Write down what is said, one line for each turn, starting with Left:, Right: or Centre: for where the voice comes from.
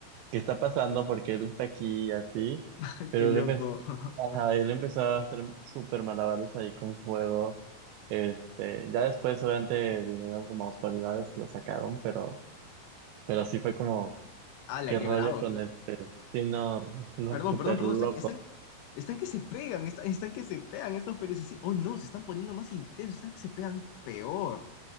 Right: ¿qué está pasando? Porque él está aquí y así,
Left: <laughs>
Right: pero
Left: Qué loco.
Right: él empezó,
Left: <laughs>
Right: ajá, él empezó a hacer súper malabares ahí con fuego. Este, ya después obviamente vinieron como autoridades y lo sacaron, pero, pero sí fue como,
Left: ¡Hala,
Right: ¿qué
Left: qué
Right: rollo
Left: bravo!
Right: con eso? Sí, no, no,
Left: Perdón,
Right: súper
Left: perdón, perdón,
Right: loco.
Left: están, están, están que se pegan, están, están que se pegan estos periodistas. Sí, hoy no, se están poniendo más intensos, están que se pegan peor.